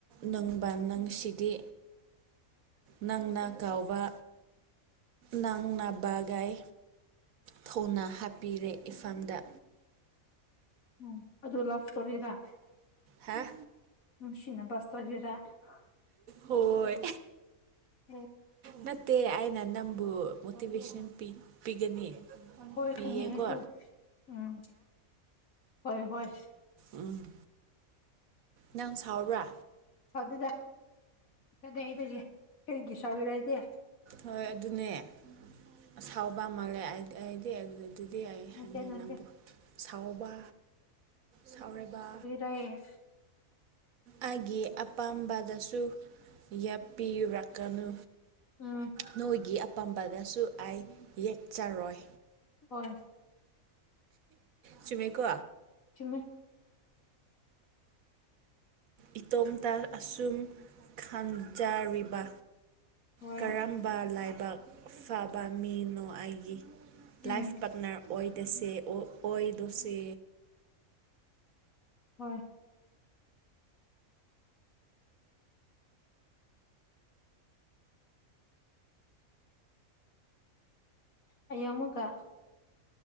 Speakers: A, on the right; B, on the left.
A: ꯅꯪꯕ ꯅꯪꯁꯤꯗꯤ꯫ ꯅꯪꯅ ꯀꯥꯎꯕ꯫ ꯅꯪ ꯅꯥꯕꯒꯥꯏ ꯊꯧꯅ ꯍꯥꯞꯄꯤꯔꯦ ꯏꯐꯝꯐꯝꯗ꯫
B: ꯎꯝ ꯑꯗꯨ ꯂꯕ ꯁꯇꯣꯔꯤꯔ꯫
A: ꯍꯥꯥ꯫
B: ꯅꯨꯡꯁꯤꯅꯕꯁ <unintelligible>
A: ꯍꯣꯏ꯫
B: ꯑꯣ꯫
A: ꯅꯠꯇꯦ ꯑꯩꯅ ꯅꯪꯕꯨ ꯃꯣꯇꯤꯚꯦꯁꯟ ꯄꯤ ꯄꯤꯒꯅꯤ꯫
B: ꯍꯣꯏ
A: ꯄꯤꯌꯦꯀꯣ
B: ꯈꯪꯉꯤ ꯑꯩꯏꯁꯨ ꯎꯝ ꯍꯣꯏ ꯍꯣꯏ꯫
A: ꯎꯝ꯫ ꯅꯪ ꯁꯥꯎꯔꯕ꯭ꯔꯥ꯫
B: ꯁꯥꯎꯗꯦꯗ ꯀꯗꯥꯏꯗꯒꯤ ꯀꯔꯒꯤ ꯁꯥꯎꯒꯤꯔ ꯑꯩꯗꯤ
A: ꯍꯣꯏ ꯑꯗꯨꯅꯦ ꯑꯁꯥꯎꯕ ꯃꯥꯜꯂꯦ ꯑꯩꯗꯤ ꯑꯗꯨꯗꯤ ꯑꯗꯨꯗꯤ ꯌꯥꯏꯌꯦ
B: ꯅꯠꯇꯦ
A: ꯍꯥꯏꯉꯦ
B: ꯅꯠꯇꯦ
A: ꯅꯪꯕꯨ ꯁꯥꯎꯕ ꯁꯥꯎꯔꯤꯕ
B: ꯍꯦ
A: ꯑꯩꯒꯤ ꯑꯄꯥꯝꯕꯗꯁꯨ ꯌꯥꯞꯄꯤꯔꯛꯀꯅꯨ꯫
B: ꯎꯝ
A: ꯅꯣꯏꯒꯤ ꯑꯄꯥꯝꯕꯗꯁꯨ ꯑꯩ ꯌꯦꯛꯆꯔꯣꯏ꯫
B: ꯍꯣꯏ꯫
A: ꯆꯨꯃꯦꯀꯣ꯫
B: ꯆꯨꯝꯃꯦ꯫
A: ꯏꯇꯣꯝꯇ ꯑꯁꯨꯝ ꯈꯟꯖꯔꯤꯕ
B: ꯍꯣꯏ
A: ꯀꯔꯝ ꯕ ꯂꯥꯏꯕꯛ ꯐꯕ ꯃꯤꯅꯣ ꯑꯩꯒꯤ ꯂꯥꯏꯐ
B: ꯎꯝ
A: ꯄꯥꯔꯠꯅꯔ ꯑꯣꯏ ꯇꯁꯦ ꯑꯣꯏꯗꯧꯁꯦ
B: ꯍꯣꯏ꯫ ꯍꯥꯌꯦꯡ ꯃꯨꯛꯀ